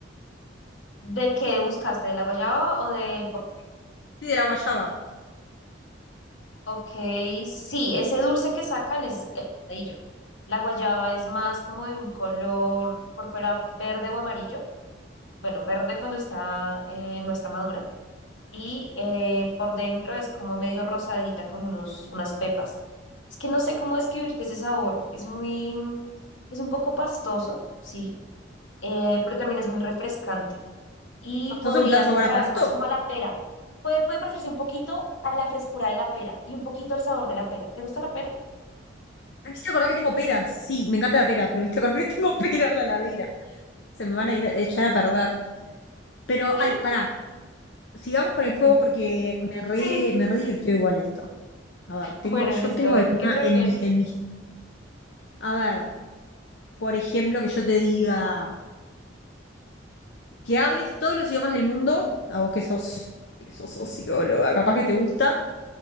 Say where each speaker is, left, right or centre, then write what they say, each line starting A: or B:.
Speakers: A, on the left; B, on the left.
A: ¿de qué buscaste? ¿De la guayaba o del bocadillo?
B: Sí, de la guayaba.
A: Ok, sí, ese dulce que sacan es el bocadillo. La guayaba es más como de un color por fuera verde o amarillo. Bueno, verde cuando está, eh, no está madura. Y eh, por dentro es como medio rosadita con unos, unas pepas. Es que no sé cómo describirte ese sabor. Es muy, es un poco pastoso, sí eh, pero también es muy refrescante y
B: Pastoso
A: podría
B: en plan sabor
A: compararse
B: a pasto.
A: más como a la pera. Puede, puede parecerse un poquito a la frescura de la pera y un poquito al sabor de la pera. ¿Te gusta la pera?
B: Ay, Me hiciste acordar que tengo peras. Sí, me encanta la pera, pero me hiciste acordar que tengo pera en la heladera. Se me van a ir a echar a perder. Pero,
A: <laughs>
B: ay, pará. Sigamos con el
A: Sí.
B: juego porque me re,
A: Sí.
B: me re divirtió igual esto. A ver, tengo,
A: Bueno,
B: yo
A: listo.
B: tengo
A: A ver,
B: alguna
A: ¿qué prefieres?
B: en mi, en mi. A ver, por ejemplo, que yo te diga. que hables todos los idiomas del mundo, a vos que sos, que sos socióloga, capaz que te gusta,